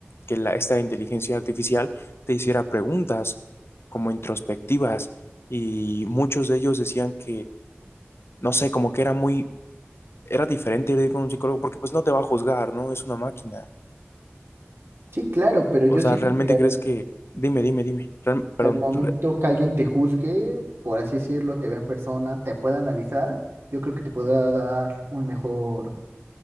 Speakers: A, on the left (about 65°); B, on the right (about 60°).
A: que la- esta inteligencia artificial te hiciera preguntas como introspectivas y muchos de ellos decían que no sé, como que era muy, era diferente ir con un psicólogo porque pues no te va a juzgar, ¿no? Es una máquina.
B: Sí, claro, pero yo
A: O sea,
B: siento
A: ¿realmente
B: que al
A: crees que, dime, dime, dime, Real- perdón,
B: Al momento
A: re-
B: que alguien te juzgue, por así decirlo, te vea en persona, te pueda analizar, yo creo que te podrá dar un mejor,